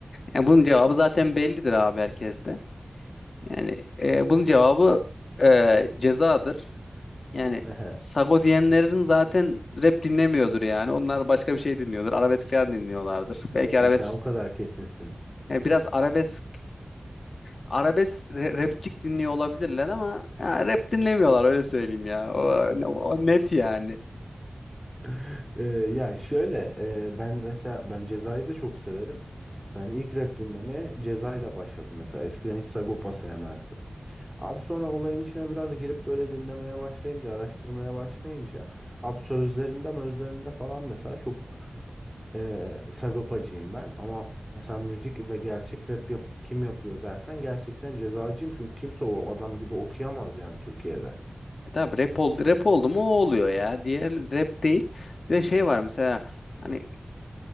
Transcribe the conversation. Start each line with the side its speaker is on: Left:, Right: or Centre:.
Left: yani bunun cevabı zaten bellidir abi herkeste. Yani e, bunun cevabı e, cezadır. Yani
Centre: <laughs>
Left: sago diyenlerin zaten rap dinlemiyordur yani. Onlar başka bir şey dinliyordur. Arabesk falan dinliyorlardır. Belki arabesk
Centre: Ha, sen o kadar kesinsin.
Left: yani biraz arabesk arabesk re- rapçik dinliyor olabilirler ama ya, rap dinlemiyorlar öyle söyleyeyim ya. O, o net yani.
Centre: <laughs> Ee, ya şöyle e, ben mesela ben Ceza'yı da çok severim. Ben ilk rap dinlemeye Ceza'yla başladım mesela. Eskiden hiç Sagopa sevmezdim. Abi sonra olayın içine biraz girip böyle dinlemeye başlayınca, araştırmaya başlayınca abi sözlerinde, mözlerinde falan mesela çok e, Sagopacıyım ben. Ama mesela müzik ve gerçek rap yap kim yapıyor dersen gerçekten Ceza'cıyım. Çünkü kimse o adam gibi okuyamaz yani Türkiye'de.
Left: E Tabii rap oldu, rap oldu mu o oluyor ya. Diğer rap değil. Ve şey var mesela hani